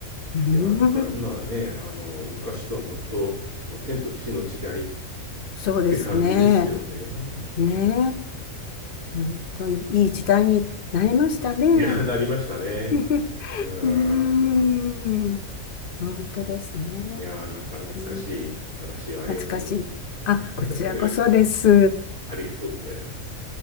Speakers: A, on the left (about 50°); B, on the right (about 80°).
A: うん、
B: いや、だから、まあね、あの、昔とは本当、もう天と地の違いっ
A: そうですね。
B: て感じですよね。
A: ねえ。
B: うん
A: 本当にいい時代になりましたね。
B: いや、なりましたね。
A: <laughs>
B: うーん。
A: うーん、本当ですね。
B: いや、なんか懐かしい話をありがとうございま
A: えー懐かしい。あ、こちらこそです。
B: す。<laughs> ありがとうございます。